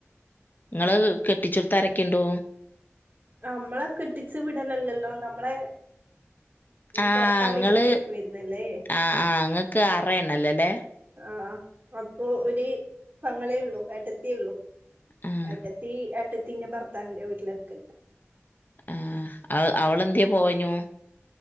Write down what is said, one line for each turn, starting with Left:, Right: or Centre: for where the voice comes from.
Left: നിങ്ങള് കെട്ടിച്ചെടുത്ത് ആരൊക്കെ ഉണ്ട്
Right: നമ്മളെ കെട്ടിച്ചു വിടലല്ലല്ലോ നമ്മളെ
Left: ആഹ്
Right: ഭർത്താവ്
Left: ഇങ്ങള്
Right: ഇങ്ങോട്ടേക്ക് വരുന്നല്ലേ
Left: ആ ഇങ്ങ ക്ക് അറയണ്ണലല്ലേ?
Right: ആ അപ്പൊ ഒര് പെങ്ങളേ ഉള്ളു ഏട്ടത്യേ ഉള്ളു.
Left: ആ
Right: എട്ടത്തി എ ട്ടത്തീന്റെ ഭർത്താവിന്റെ വീട്ടിലാ നിക്കനെ.
Left: ആ ആ അവളെന്ത്യേ പോകാഞ്ഞു.